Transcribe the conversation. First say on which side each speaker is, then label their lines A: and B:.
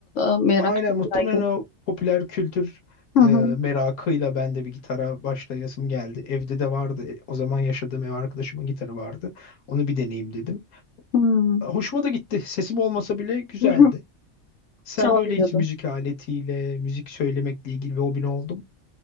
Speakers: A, on the left; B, on the left.
A: e, merakı
B: aynen
A: çok
B: muhtemelen
A: yaygın.
B: o popüler kültür
A: Hı
B: e,
A: hı.
B: merakıyla ben de bir gitara başlayasım geldi. Evde de vardı. E, O zaman yaşadığım ev arkadaşımın gitarı vardı. Onu bir deneyeyim dedim.
A: Hmm.
B: Hoşuma da gitti. Sesim olmasa bile güzeldi.
A: <laughs>
B: Sen
A: Çalabiliyordum.
B: böyle hiç müzik aletiyle, müzik söylemekle ilgili bir hobin oldu mu?